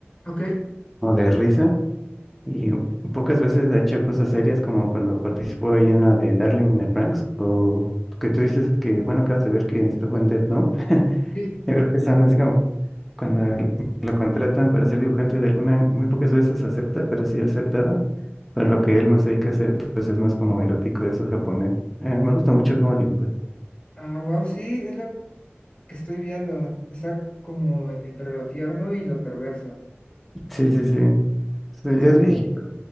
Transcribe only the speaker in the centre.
o de risa. Y pocas veces ha hecho cosas serias como cuando participó ahí en la de Darling in the Franxx, o que tú dices que, bueno, acabas de ver que estuvo en Death Note.
Yo creo que son así como cuando lo, lo contratan para ser dibujante de alguna, muy pocas veces acepta, pero sí aceptado. Pero lo que él más se dedica a hacer, pues es más como erótico eso japonés. Eh, me gusta mucho cómo dibuja.
Sí, sí, sí. Sí,
ya es viejito,